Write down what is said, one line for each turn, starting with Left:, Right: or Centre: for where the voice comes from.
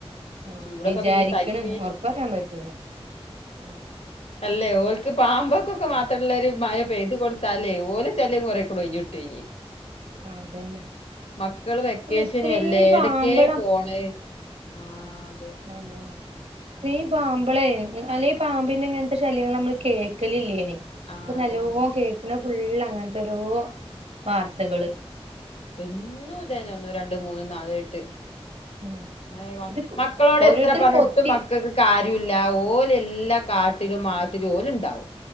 Right: ആഹ്
Left: ചൂടൊക്കെ
Right: വിചാരിക്കണ്
Left: പിന്നെ സഹിക്കേനി
Right: ഉറപ്പറയാൻ പറ്റൂല ആഹ്
Left: അല്ലേ ഓൾക്ക് പാമ്പോക്കൊക്കെ മാത്രമുള്ള ഒരു മഴ പെയ്ത് കൊടുത്താലേ ഓലെ ശല്യം കുറേക്കുടെ ഒഴിഞ്ഞിട്ടൊയ്ന്
Right: അതന്നെ
Left: മക്കള് വെക്കേഷനല്ലേ
Right: അല്ല ഇത്രയും പാമ്പള
Left: എടക്കേ പോണ് ആഹ് അതെ
Right: ആഹ് അതന്നെ ഈ പാമ്പളെ അല്ലെഈ പാമ്പിന്റെ ഇങ്ങനത്തെ ശല്യങ്ങൾ നമ്മള് കേൾക്കലില്ലേന്
Left: ആഹ്
Right: ഇപ്പൊ നല്ലോ
Left: അതാണ്
Right: കേൾക്കണ ഫുള്ള് അങ്ങനത്തെ ഓരോ വാർത്തകള്
Left: എന്നും ഇതന്നെ ഒന്നു രണ്ടും മൂന്നും നാലു ആയിട്ട് <unintelligible>
Right: ഉം ഇത്
Left: മക്കളോട്
Right: ഓരോരുത്തര്
Left: എത്ര പറഞ്ഞിട്ടും
Right: കൊത്തി
Left: മക്കൾക്ക് കാര്യമില്ല ഓൽ എല്ലാ കാട്ടിലും മാളത്തിലും ഓൽ ഉണ്ടാവും